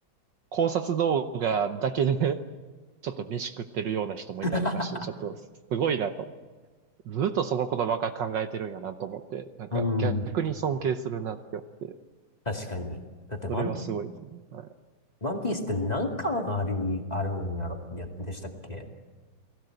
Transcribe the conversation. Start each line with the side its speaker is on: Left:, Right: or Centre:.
Right: 考察動画だけで <laughs> ちょっと飯食ってるような人もいたりとかして、
Left: <laughs>
Right: ちょっとすごいなと思って、ずっとそのことばっか考えてるんやなと思って、なんか逆に尊敬するなって思って、
Left: うん。確かに。だってワン、
Right: それはすごいですね。はい。
Left: ワンピースって何巻あるあるんやろ、や、でしたっけ